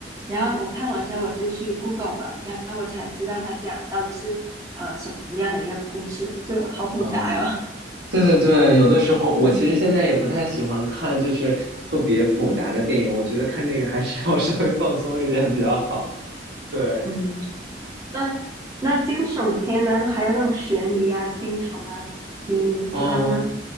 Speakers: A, on the right; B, on the right.
A: 然后我看完之后我就去 Google 嘛，然后我才知道他讲的到底是呃什么样的一个故事，就好复杂哟、
B: 嗯，对对对，有的时候我其实现在也不太喜欢看，
A: <laughs> 嗯
B: 就是特别复杂的电影，我觉得看电影还是要 <laughs> 稍微放松一点比较好。对。
A: 嗯，那那惊悚片呢，还有那种悬疑啊、惊悚啊，你喜欢吗？
B: 嗯，